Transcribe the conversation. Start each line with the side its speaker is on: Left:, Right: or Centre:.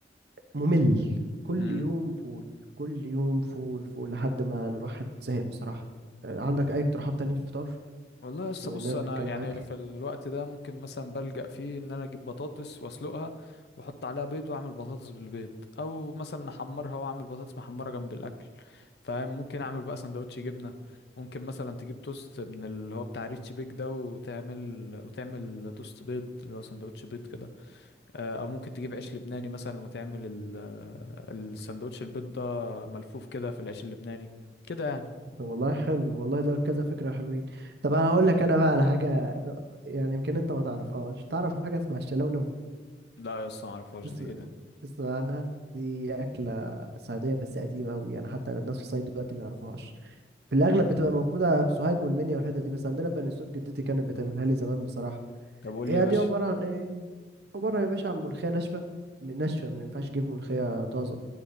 Right: ممل كل
Left: كده
Right: يوم فول كل يوم فول فول لحد ما الواحد زهق بصراحه آه، عندك اي اقتراحات تانية في الفطار
Left: والله لسه
Right: بما
Left: بص
Right: اننا بنتكلم
Left: انا يعني
Right: اكل
Left: في الوقت ده ممكن مثلا بلجأ فيه ان انا اجيب بطاطس واسلقها واحط عليها بيض واعمل بطاطس بالبيض او مثلا احمرها واعمل بطاطس محمره جنب الاكل فممكن اعمل بقى سندوتش جبنه ممكن مثلا تجيب توست من اللي هو بتاع ريتش بيك ده وتعمل وتعمل توست بيض اللي هو سندوتش بيض كده آه، او ممكن تجيب عيش لبناني مثلا وتعمل ال- السندوتش البيض ده ملفوف كده في العيش اللبناني كده يعني
Right: طب والله حلو والله ده كذا فكره حلوين طب انا هقول لك انا بقى على حاجه يعني يمكن انت ما تعرفهاش تعرف حاجه اسمها الشلوله
Left: لا يا اسطى معرفهاش
Right: تسمع
Left: دي ايه ده
Right: تسمع عنها دي أكلة صعيدية بس قديمة أوي يعني حتى الناس في الصعيد دلوقتي ما يعرفوهاش في الأغلب بتبقى موجودة في سوهاج والمنيا والحتت دي بس عندنا بني سويف جدتي كانت بتعملها لي زمان بصراحة
Left: طب قول
Right: هي
Left: لي يا باشا
Right: دي عبارة عن إيه عبارة يا باشا عن ملوخية ناشفة من ناشفة ما ينفعش تجيب ملوخية طازة